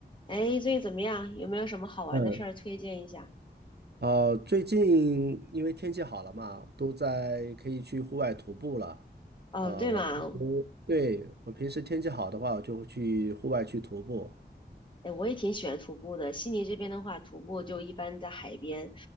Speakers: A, on the left (about 25°); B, on the right (about 65°).
A: 哎，最近怎么样？有没有什么好玩的事儿推荐一下？
B: 嗯，呃，最近因为天气好了嘛，都在可以去户外徒步了。
A: 哦，
B: 呃，
A: 对嘛，
B: 我平时对我平时天气好的话，我就会去户外去徒步。
A: 哎，我也挺喜欢徒步的。悉尼这边的话，徒步就一般在海边，